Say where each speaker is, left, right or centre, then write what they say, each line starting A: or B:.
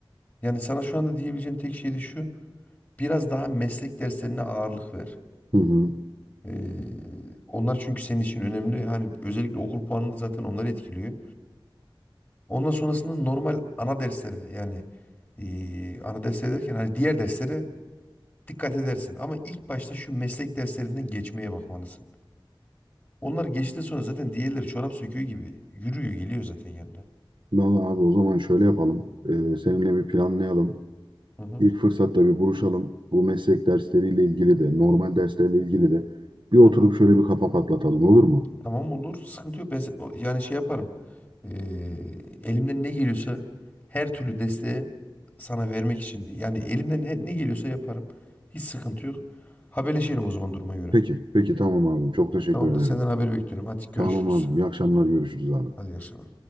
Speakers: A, on the left; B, on the right.
A: Yani sana şu anda diyebileceğim tek şey de şu. Biraz daha meslek derslerine ağırlık ver.
B: Hı hı.
A: Ee, onlar çünkü senin için önemli. Hani özellikle okul puanını da zaten onları etkiliyor. Ondan sonrasında normal ana derslere yani ee, ana dersler derken hani diğer derslere dikkat edersin. Ama ilk başta şu meslek derslerinden geçmeye bakmalısın. Onlar geçti sonra zaten diğerleri çorap söküğü gibi yürüyor geliyor zaten yanına.
B: Vallahi abi o zaman şöyle yapalım. E, seninle bir planlayalım.
A: Hı hı.
B: İlk fırsatta bir buluşalım. Bu meslek dersleriyle ilgili de normal derslerle ilgili de bir oturup
A: Hı hı.
B: şöyle bir kafa patlatalım olur mu?
A: Tamam olur. Sıkıntı yok. Ben se- o- yani şey yaparım. Ee, elimden ne geliyorsa her türlü desteği sana vermek için. Yani elimden he- ne geliyorsa yaparım. Hiç sıkıntı yok. Haberleşelim o zaman duruma göre.
B: Peki, peki tamam abi. Çok teşekkür
A: Tamam
B: ederim.
A: da senden haber bekliyorum. Hadi görüşürüz.
B: Tamam abi. İyi akşamlar görüşürüz abi.
A: Hadi iyi akşamlar.